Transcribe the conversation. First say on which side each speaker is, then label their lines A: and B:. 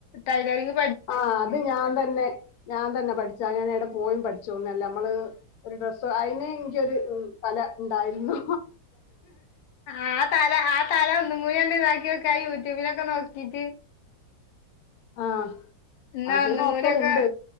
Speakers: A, on the left; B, on the left.
A: ടൈലറിംങ്ങ്
B: ആ അത് ഞന്തെന്നെ ഞാന്തെന്നെ പടിച്ചാ ഞാനെട പോയും പഠിച്ചൊന്നല്ല അമ്മള് ഒരു ഡ്രസ്സ് അയിനേ ങ്കിയൊരു തല ണ്ടായിരുന്നു
A: ആ തല ആ തലോ ങ്ങതാക്കിയൊക്ക ആയി യൂട്യൂബിലൊക്കെ നോക്കിട്ട്
B: ആ
A: ന്നാ
B: അത്
A: ഒന്നും
B: നോക്കലുണ്ട്
A: കൂടിയൊക്ക